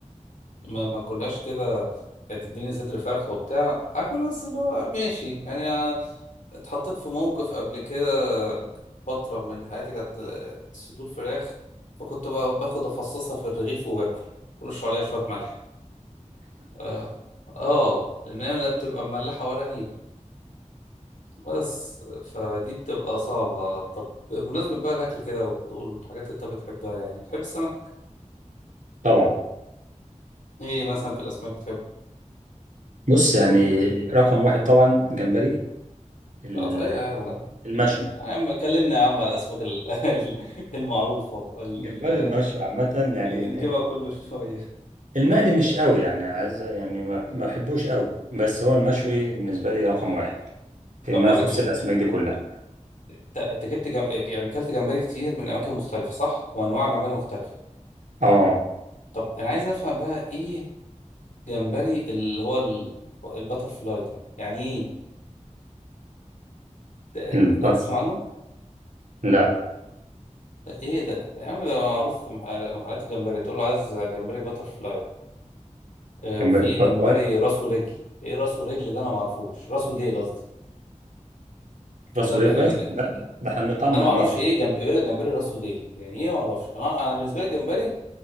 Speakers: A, on the left; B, on the right.
A: ما ما كلهاش كده كانت تديني صدر فرخة وبتاع اكل بس اللي هو ماشي يعني آه، اتحطيت في موقف قبل كده فترة من حياتي كانت آه، صدور فراخ فكنت ب- باخد افصصها في الرغيف وباكل ورش عليها شوية ملح اه آه، لان هي لا بتبقى مملحة ولا نيلة بس فدي بتبقى صعبة طب بمناسبة بقى الأكل كده والحاجات اللي أنت بتحبها يعني بتحب السمك؟
B: طبعا
A: إيه مثلا في الأسماك بتحب؟
B: بص يعني رقم واحد طبعا جمبري ال-
A: آه طيب آه،
B: المشوي
A: يا عم كلمنا يا عم على الاسماك ال- <laughs> ال- المعروفه ال-
B: جمبري المشوي عامه يعني
A: اللي بنجيبها كل شويه
B: المقلي مش قوي يعني عايز يعني ما ما بحبوش قوي بس هو المشوي بالنسبه لي رقم واحد فيما
A: طب بقول
B: يخص
A: لك ايه
B: الاسماك دي كلها
A: انت أنت جبت جم... يعني كلت جمبري كتير من اماكن مختلفه صح وانواع جمبري مختلفه
B: اه
A: طب انا عايز افهم بقى ايه جمبري اللي هو ال... الباتر فلاي ده يعني ايه ت-
B: المطر
A: تسمع له
B: لا
A: ايه ده يا عم ده معروف في مح- محلات الجمبري تقول له عايز جمبري باتر فلاي آه،
B: جمبري
A: وفي
B: التطوي
A: جمبري راس ورجل ايه راس ورجل ده انا ما اعرفوش راس وديل قصدي
B: راس
A: بقى
B: وديل
A: بقى
B: بس
A: يعني
B: ده, ده احنا بنقطعه ونرميه
A: انا ما اعرفش ايه جنب يقول لك جمبري راسه ديل يعني ايه ما اعرفش انا انا بالنسبه لي الجمبري